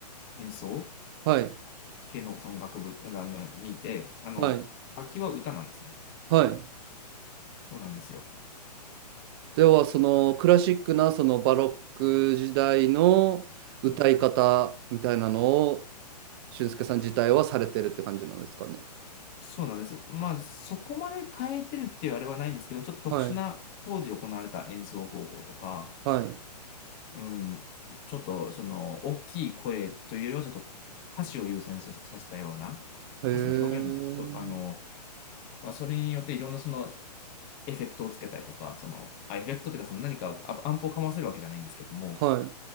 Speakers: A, on the left; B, on the right.
A: 演奏
B: はい。
A: 系のその学部あのにいて、あの、
B: はい。
A: 楽器は歌なんですね。
B: はい。
A: そうなんですよ。
B: では、そのクラシックな、そのバロック時代の歌い方みたいなのを、
A: うん。
B: 俊介さん自体はされてるって感じなんですかね。
A: そうなんです。まあ、そこまで変えてるっていうあれはないんですけど、ちょっと特殊な当時行われた演奏方法とか、
B: はい。はい。
A: うん、ちょっとその大きい声というよりはちょっと歌詞を優先ささせたような歌詞の表現を、
B: へえ。
A: あの、まあ、それによっていろんなそのエフェクトをつけたりとか、その、あ、エフェクトっていうかその何かあアンプをかませるわけじゃないんですけども、
B: は